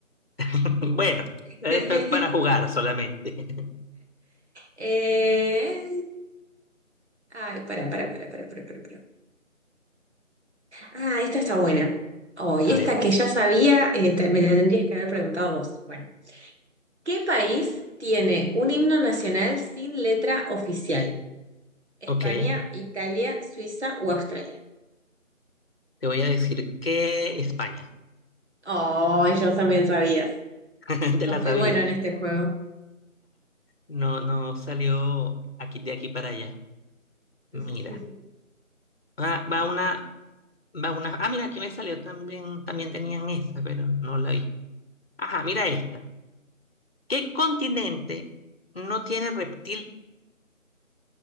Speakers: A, on the left (about 45°); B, on the right (about 55°).
A: <laughs> Bueno, esto
B: <laughs>
A: es para jugar solamente. <laughs>
B: Eh, Ay, para, para, para, para, para, para, para. Ah, esta está buena. Oh, y
A: A
B: esta
A: ver,
B: que ya sabía, eh, te- me la tendrías que haber preguntado vos. Bueno, ¿qué país tiene un himno nacional sin letra oficial? ¿España,
A: ok.
B: Italia, Suiza o Australia?
A: Te voy a decir que España.
B: Oh, yo también sabías.
A: <laughs> Te
B: Sos
A: la
B: muy
A: sabías.
B: bueno en este juego.
A: No, no salió aquí, de aquí para allá.
B: <laughs> ¿Qué
A: Mira. Va, va una, va una. Ah, mira, aquí me salió también, también tenían esa, pero no la vi. Ajá, mira esta. ¿Qué continente no tiene reptiles